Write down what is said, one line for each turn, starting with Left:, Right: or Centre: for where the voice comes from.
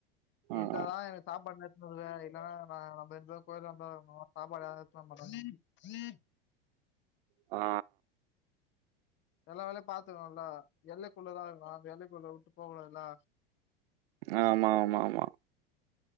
Left: நீ
Right: ம்
Left: இருந்தாதா எனக்கு சாப்டு நேர்த் <unintelligible> இல்லனா நா நம்ம எங்கயோ போயிறேப்பா நா சாப்பாடு யாரு எடுத்து வரமாட்டாங்கப்பா
Right: ஆ
Left: எல்லா வேலையு பாத்துருவேன்ல எல்லைக்குள்ளதா இருக்கணு அந்த எல்லைக்குள்ள வுட்டு போக கூடாதுல
Right: ஆமா ஆமா ஆமா